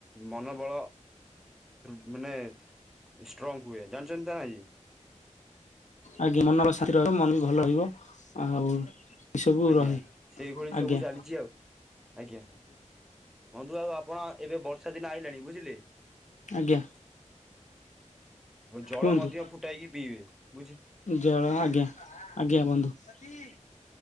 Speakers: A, in the centre; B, on the left.
A: ମନୋବଳ ମାନେ ଷ୍ଟ୍ରଙ୍ଗ ହୁଏ ଜାଣିଛନ୍ତି। ନା ନାଇଁ
B: ଆଜ୍ଞା ମନ ଶାନ୍ତି ରହିବ ମନ ବି ଭଲ ରହିବ ଆଉ ଏ ସବୁ
A: ଆଜ୍ଞା
B: ରହେ
A: ସେଇଭଳି
B: ଆଜ୍ଞା
A: ସବୁ ଚାଲିଛି ଆଉ ଆଜ୍ଞା, ବନ୍ଧୁ ଆଉ ଆପଣ ଏବେ ବର୍ଷାଦିନ ଆଇଲାଣି ବୁଝିଲେ।
B: ଆଜ୍ଞା।
A: ଜଳ
B: କୁହନ୍ତୁ,
A: ମଧ୍ୟ ଫୁଟାଇକି ପିଇବେ ବୁଝି
B: ଜଳ ଆଜ୍ଞା, ଆଜ୍ଞା ବନ୍ଧୁ। <unintelligible>